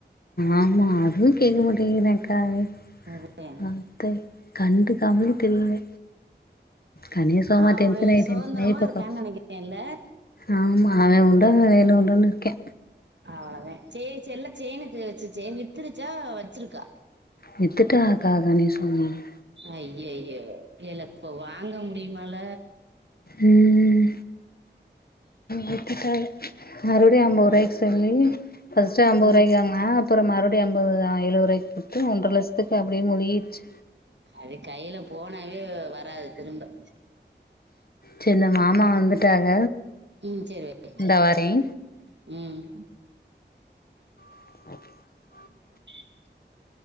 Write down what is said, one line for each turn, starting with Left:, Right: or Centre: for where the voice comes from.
Left: ஆமா அதுவு கேட்க மாட்டிங்கிறான்க்கா அவன்
Right: அது
Left: தே கண்டுகாமலே தில்ல கணேசம்மா
Right: அவரு
Left: டென்ஷனாயி
Right: சுதந்திரமா
Left: டென்ஷனாயி இப்ப
Right: இருக்கான்னு
Left: கு
Right: நினைக்கிறேன்ல
Left: ஆமா அவன் உண்டன் வேலை உண்டுன்னு இருக்கே
Right: அவ்வளதே செ செல்ல சேய்ன வச்சிச்சே வித்திரிச்சா வச்சிருக்கா
Left: வித்துட்டாக்கா <unintelligible>
Right: ஐய்யய்யோ ஏல இப்ப வாங்க முடியுமால
Left: ம் வித்துட்டா இவ மறுவடியு அம்பருவாய்கு தெர்லங்க பஸ்ட்டு அம்பது
Right: ம்
Left: ரூபாய்க்காமா அப்புறம் மறுபடியு அம்பது எழுபதுபாய்க்கு போட்டு ஒன்ரை லட்சதுக்கு வருஷத்துக்கு அப்டியே முழிகிடுச்சு
Right: அது கைல போனாவே வராது திரும்ப
Left: சேரி நா மாமா வந்துட்டாக
Right: ம் சேரி வைக்றே
Left: இந்தா வரே
Right: ம்
Left: <unintelligible>
Right: <unintelligible>